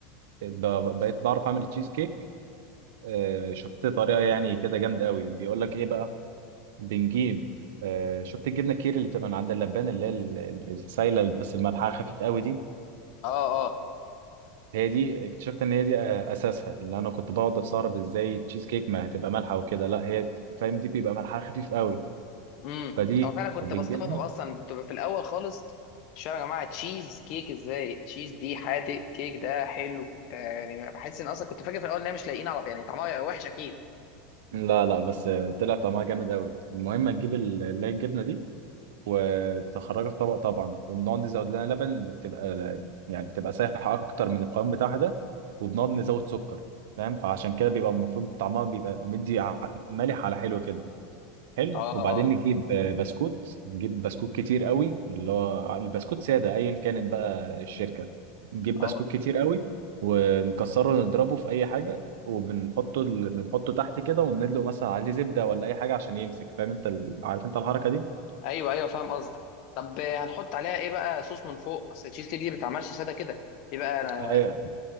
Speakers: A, on the right; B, on the left.
A: ب- بقيت بعرف اعمل تشيز كيك آه، شفت طريقه يعني كده جامده قوي بيقول لك ايه بقى بنجيب آه، شفت الجبنه الكيري اللي بتبقى من عند اللبان اللي هي ال- ال- السايله بس الملحها خفيف قوي دي
B: اه اه
A: هي دي اكتشفت ان هي دي آه، اساسها اللي انا كنت بقعد استغرب ازاي التشيز كيك ما هتبقى مالحه وكده لا هي فاهم دي بيبقى ملحها خفيف قوي
B: امم
A: فدي
B: او فعلا كنت
A: بنجيبها
B: بستغرب اصلا كنت في الاول خالص مش فاهم يا جماعه تشيز كيك ازاي تشيز دي حادق كيك ده حلو ده يعني بحس ان اصلا كنت فاكر في الاول ان هي مش لاقيين على يعني طعمها هيبقى وحش اكيد
A: لا لا بس آه، طلع طعمها جامد قوي المهم نجيب ال- اللي هي الجبنه دي وبتخرجها في طبق طبعا بنقعد نزود لها لبن بتبقى يعني بتبقى سايحه اكتر من القوام بتاعها ده وبنقعد نزود سكر فاهم فعشان كده بيبقى المفروض طعمها بيبقى مدي ع- مالح على حلو كده حلو
B: اه
A: وبعدين
B: اه
A: نجيب آه، بسكوت نجيب بسكوت كتير قوي اللي هو البسكوت ساده ايا كانت بقى الشركه نجيب بسكوت
B: اه
A: كتير قوي ونكسره نضربه في اي حاجه وبنحطه ال- بنحطه تحت كده وندلق مثلا عليه زبده ولا اي حاجه عشان يمسك فاهم انت ال- عارف انت الحركه دي
B: ايوه ايوه فاهم قصدك طب هنحط عليها ايه بقى صوص من فوق اصل التشيز كيك دي ما بتتعملش ساده كده في بقى انا
A: ايوه
B: في